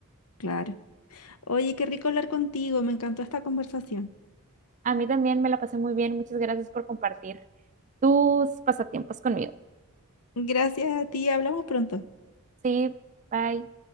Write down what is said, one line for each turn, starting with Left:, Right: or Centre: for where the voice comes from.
Left: Claro. Oye, qué rico hablar contigo, me encantó esta conversación.
Right: A mí también me la pasé muy bien, muchas gracias por compartir tus pasatiempos conmigo.
Left: Gracias a ti, hablamos pronto.
Right: Sí, bye.